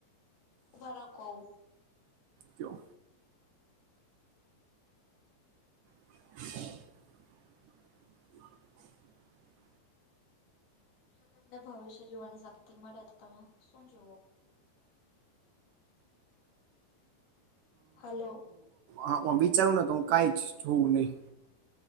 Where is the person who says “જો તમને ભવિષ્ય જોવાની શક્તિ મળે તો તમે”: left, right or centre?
Left